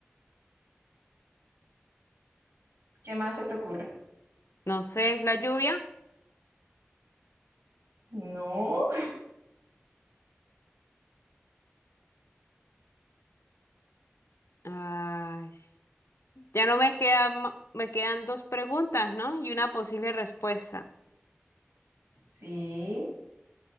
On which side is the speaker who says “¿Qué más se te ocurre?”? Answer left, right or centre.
Right